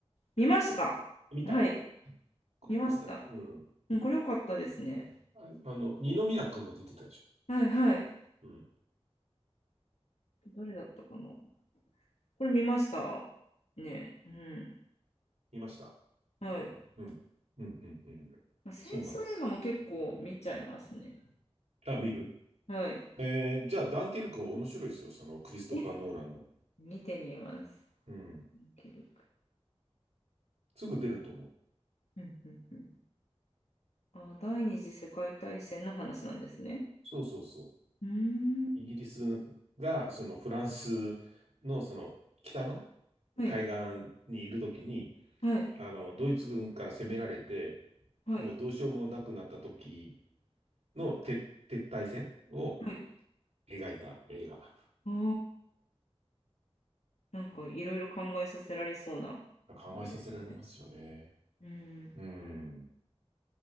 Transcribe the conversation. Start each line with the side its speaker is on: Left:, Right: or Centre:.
Left: 見ました。
Right: と、見た
Left: はい、
Right: これよかったです。
Left: 見ました。
Right: うん。
Left: うんこれ良かったですね。
Right: ああの、二宮君も出てたでしょ。
Left: はい、はい。
Right: うん
Left: 誰だったかな。これ見ました。ね、うん。
Right: 見ました。
Left: はい。
Right: うん。うん、うん、うん。
Left: まあ戦争映画も結構見ちゃいますね。
Right: そうなんです。あ、見る
Left: はい。
Right: えー、じゃあ、ダンケルクも面白いですよ。その、クリストファー・
Left: え、
Right: ノーランの。
Left: 見てみます。
Right: うん。
Left: 記録。
Right: すぐ出ると思う。
Left: うんうんうんあ、第二次世界大戦の話なんですね。
Right: そうそうそう。
Left: うーん。
Right: イギリスが、その、フランスの、その、北の
Left: はい、
Right: 海岸にいるときに、
Left: はい、
Right: あの、ドイツ軍から攻められて、
Left: はい、
Right: もうどうしようもなくなった時の撤、撤退戦を
Left: はい。
Right: 描いた映画。
Left: ああ、なんかいろいろ考えさせられそうな感じですね。
Right: 考えさせられますよね。
Left: うん。
Right: うん。